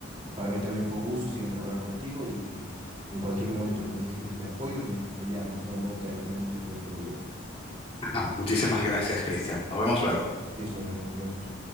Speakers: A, on the right; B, on the left.
A: para mí también fue un gusto siempre hablar contigo y que en cualquier momento que necesites mi apoyo, me, me llamas, no, no te hagas ningún tipo de problema.
B: <laughs> Muchísimas gracias, Cristian. Nos vemos luego.
A: Listo, amigo, nos vemos.